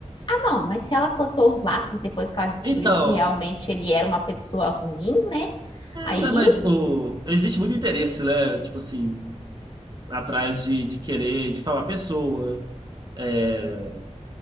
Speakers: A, on the left (about 40°); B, on the right (about 35°).
A: Não, mas se ela cortou os laços depois que ela descobriu
B: Então,
A: que realmente ele era uma pessoa ruim, né?
B: É,
A: Aí,
B: né, mas o, existe muito interesse, né? Tipo assim, atrás de, de querer difamar a pessoa. É,